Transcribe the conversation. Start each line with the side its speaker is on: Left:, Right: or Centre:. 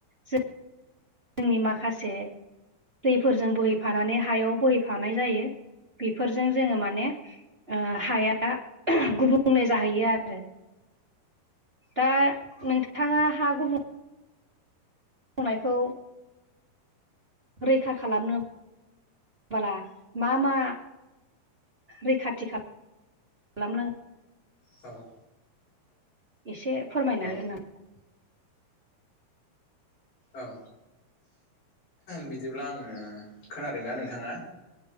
Right: जोंनि माखासे दैफोरजों बोहैफानानै हायाव बोहैफानाय जायो। बेफोरजों जोङो माने हाया गुबुंले जाहैयो आरो दा नोंथाङा हा गुबुं नायखौ रैखा खालामनो बाला मा मा रैखाथि खालाम <unintelligible>
Left: औ।
Right: एसे फोरमायनो
Left: औ
Right: हागोन नामा?
Left: औ बिदिब्ला आङो खोनादोंना नोंथाङा।